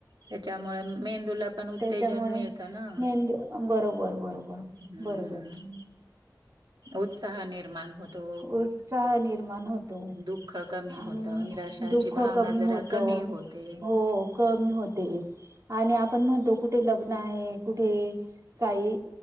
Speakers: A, on the right; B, on the right.
A: त्याच्यामुळे मेंदूला पण उत्तेजन
B: त्याच्यामुळे...
A: मिळतं ना
B: मेंद बरोबर... बरोबर
A: हम्म
B: बरोबर
A: उत्साह निर्माण... होतो
B: उत्साह निर्माण होतो
A: दुःख कमी
B: आणि
A: होत निराशाची
B: दुख
A: भावना
B: कमी
A: जरा
B: होतो...
A: कमी होते
B: हो कमी होते आणि आपण म्हणतो... कुठे लग्न आहे कुठे काही